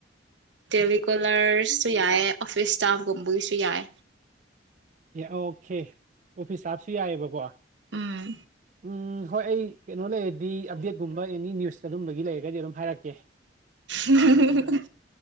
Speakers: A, on the right (about 80°); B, on the right (about 45°).
A: ꯇꯦꯂꯤꯀꯣꯂꯔꯁꯨ ꯌꯥꯏ ꯑꯣꯐꯤꯁ ꯆꯒꯨꯝꯕꯣꯏꯁꯨ ꯌꯥꯏ
B: ꯑꯣꯀꯦ ꯑꯣꯐꯤꯁ ꯁꯇꯥꯄꯁꯨ ꯌꯥꯏꯑꯕꯀꯣ
A: ꯎꯝ
B: ꯎꯝ ꯍꯣꯏ ꯑꯩ ꯀꯩꯅꯣ ꯂꯩꯔꯗꯤ ꯑꯞꯗꯦꯠꯀꯨꯝꯕ ꯑꯦꯅꯤ ꯅꯤꯌꯨꯁ ꯑꯗꯨꯝꯕꯒꯤ ꯂꯩꯔꯒꯗꯤ ꯑꯗꯨꯝ ꯍꯥꯏꯔꯛꯀꯦ
A: ꯎꯝ